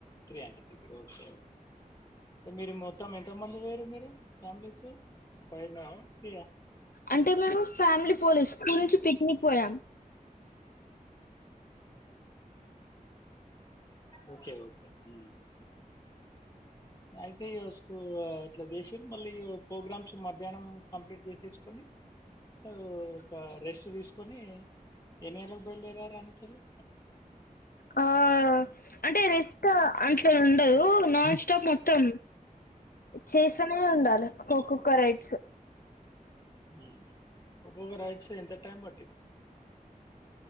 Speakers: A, on the left; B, on the left.
A: three hundred ticket okay okay మీరు మొత్తం ఎంతమంది వొయిరు మీరు ఫ్యామిలీస్ ఫై నా త్రి అ
B: అంటె మేము ఫ్యామిలీ పోలేదు స్కూల్ నుంచి పిక్నిక్ పోయాం
A: ఓకే ఓకే మ్ అయితే ఇగ ఫస్టు ఇట్ల చేషిరు మళ్ళీ ఇగ ప్రోగ్రామ్స్ మధ్యాహ్నం కంప్లీట్ చేసేసుకొని ఓ ఒక రెస్ట్ తీసుకొని ఎన్ని గంటలకు బయలుదేరారు ఆనిచెళ్ళి
B: ఆ అంటే రిస్క్ అతుండదు నాన్ష్ టాప్ మొత్తం చేస్తనే ఉండాలి కో కో కో రైడ్స్
A: హ్మ్ ఒక్కొక్క రైడ్స్ ఎంత టైం బట్టి